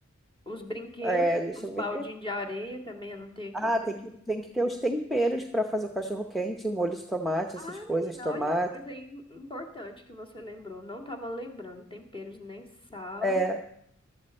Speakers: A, on the left; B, in the centre.
A: Os brinquedos,
B: é, deixa
A: os
B: eu
A: baldinhos
B: ver.
A: de areia também, eu anotei aqui.
B: Ah,
A: Que
B: tem
A: eu já...
B: que,
A: tô-
B: tem que ter os temperos para fazer o cachorro-quente, molho de tomate,
A: Ah,
B: essas coisas,
A: menina,
B: tomate,
A: olha uma coisa aí importante que você lembrou. Não tava lembrando. Temperos nem sal.
B: é,